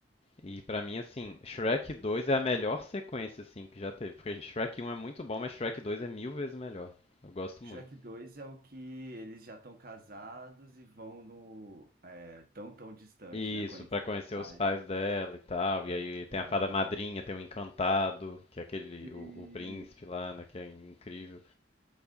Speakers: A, on the left; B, on the right.
A: E pra mim, assim, Shrek 2 é a melhor sequência, assim, que já teve. Porque Shrek 1 é muito bom, mas Shrek 2 é mil vezes melhor. Eu gosto
B: Shrek
A: muito.
B: 2 é o que eles já estão casados e vão no é, tão tão distante,
A: Isso,
B: né? Conhecer
A: pra conhecer
B: os pais
A: os pais
B: da,
A: dela e tal.
B: da
A: E aí
B: Fiona.
A: tem a fada madrinha, tem o encantado, que é aquele,
B: Sim.
A: o, o príncipe
B: <laughs>
A: lá, né, que é incrível.